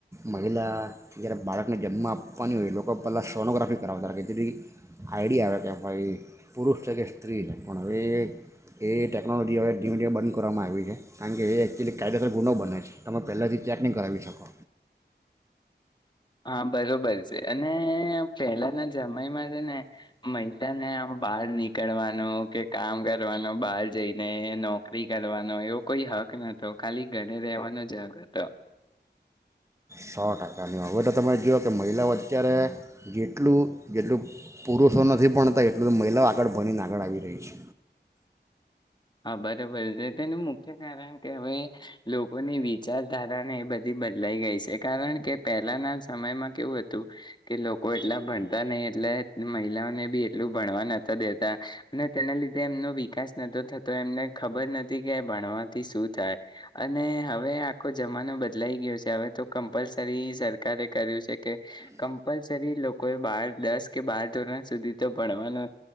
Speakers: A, on the right; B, on the left.
A: મહિલા જ્યારે બાળકને જન્મ આપવાની હોય એ લોકો પહેલાં સોનોગ્રાફી કરાવતા હતા કે જેની આઈડિયા આવે કે ભાઈ પુરુષ છે કે સ્ત્રી છે પણ હવે એ ટેકનોલોજી હવે ધીમે ધીમે બંધ કરવામાં આવે કારણ કે કાયદેસર ગુનો બને છે તમે પહેલાથી ચેક નહી કરાવી શકો.
B: હા. બરોબર છે અને પેલાના જયમાં છે ને મહિલાને આ બહાર નીકળવાનું કે કામ કરવાનું બહાર જઈને નોકરી કરવાનો એવો કોઈ હક નતો ખાલી ઘરે રેવાનો જ હક હતો.
A: સો ટકાની હવે તો તમે જોઓ કે મહિલાઓ અત્યારે જેટલું જેટલું પુરુષો નથી ભણતા એટલું તો મહિલાઓ આગળ ભણીને આગળ આવી રહી છે.
B: હા બરોબર છે તેનું મુખ્ય કારણ કે હવે લોકોની વિચારધારાને એ બધી બદલાઈ ગઈ છે કારણ કે પહેલાના સમયમાં કેવું હતું કે લોકો એટલા ભણતા નહી એટલે મહિલાઓને બી એટલું ભણવા નતા દેતા અને તેના લીધે એમનો વિકાસ નતો થતો. તો એમને ખબર નથી કે ભણવાથી શું થાય અને હવે આખો જમાનો બદલાઈ ગયો છે હવે તો કમ્પલસરી સરકારે કર્યું છે કે કમ્પલસરી લોકોએ બાર દસ કે બાર ધોરણ સુધી તો ભણવાનું